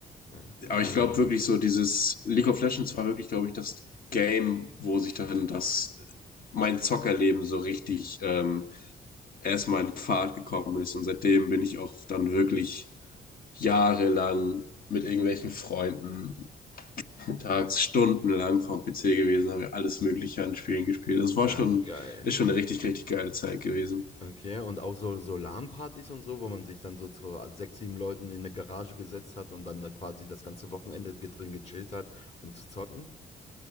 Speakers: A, on the left (about 35°); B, on the left (about 55°).
A: Ja. Ah,
B: aber ich glaube wirklich so, dieses League of Legends war wirklich, glaube ich, das Game, wo sich dann das, mein Zockerleben so richtig ähm, erstmal in Fahrt gekommen ist. Und seitdem bin ich auch dann wirklich jahrelang mit irgendwelchen Freunden tags stundenlang vorm PC gewesen, haben wir alles Mögliche an Spielen gespielt. Das war
A: ah,
B: schon,
A: geil.
B: ist schon eine richtig, richtig geile Zeit gewesen.
A: Okay, und auch so, so LAN-Partys und so, wo man sich dann so zu sechs, sieben Leuten in eine Garage gesetzt hat und dann da quasi das ganze Wochenende ge- drin gechillt hat, um zu zocken?